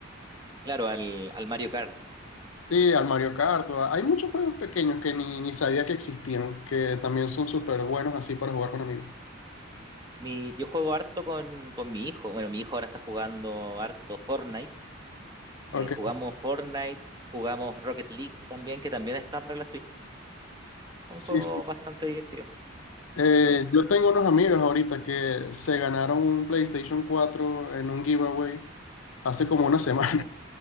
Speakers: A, on the right; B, on the left.
A: Claro, al, al Mario Kart.
B: Sí, al Mario Kart, o a- hay muchos juegos pequeños que ni, ni sabía que existían, que también son súper buenos así para jugar con amigos.
A: Mi, yo juego harto con, con mi hijo. Bueno, mi hijo ahora está jugando harto Fortnite.
B: Ok,
A: Eh, jugamos Fortnite, jugamos Rocket League también, que también está para la Switch. Un
B: sí,
A: juego
B: sí.
A: bastante divertido.
B: Eh,
A: Sí.
B: yo tengo unos amigos ahorita que se ganaron un PlayStation cuatro en un giveaway hace como una semana.
A: Ah,
B: <laughs>